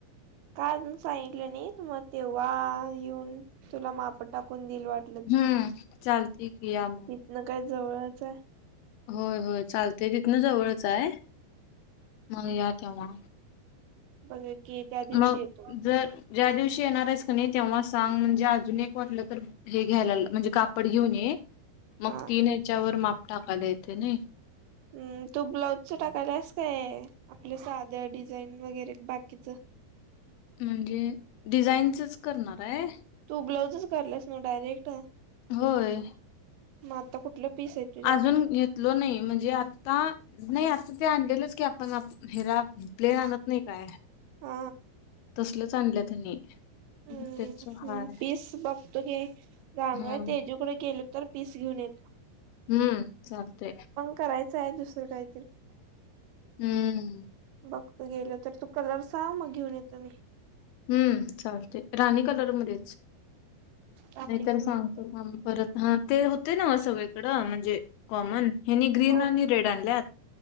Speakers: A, on the right (about 75°); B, on the left (about 75°).
A: काय अजून सांगितलं नाही तु मग तेव्हा येऊन तुला माप टाकून दिईल वाट.
B: हम्म चालती कम.
A: तिथनं काय जवळच आहे
B: होय होय चालतेय तिथन जवळच आहे मग या तेव्हा
A: ब कि त्या दिवशी
B: मग
A: येतो
B: जर ज्या दिवशी येणार आहेस का नाही तेव्हा सांग म्हणजे अजून एक वाटलं तर हे घ्यायला म्हणजे कापड घेऊन ये मग
A: हा
B: तीन ह्याच्यावर माप टाकायला येते नाही.
A: हम तू ब्लाऊजचं टाकायलास काय आपलं साध डिझाईन वगैरे बाकीच.
B: म्हणजे डिझाईनचच करणार आहे.
A: तू ब्लाऊजच करलास ना डायरेक्ट
B: होय.
A: मग आता कुठलं पीस आहेत.
B: अजून घेतलो नाही म्हणजे आता नाही आता ते आणलेलंच की आपण हेरा प्लेन आणत नाही काय?
A: हा
B: तसलच आणलं त्यांनी
A: हम्म
B: मग त्याच
A: हम्म
B: हाय
A: पीस बघतो ग जाणार
B: हा
A: आहे तेजुकडे गेल तर पीस घेऊन येत
B: हम्म चालतंय.
A: करायचं आहे दुसरं काही
B: हम्म
A: बघत गेलं तर तू कलर साग मग घेऊन येतं मी
B: हम्म चालते राणी कलर मध्ये
A: राणी
B: नाही तर
A: कलर
B: सांगतो थांब परत हा ते होते ना सगळीकडं म्हणजे कॉमन हेनी ग्रीन
A: हो
B: आणि रेड आणल्यात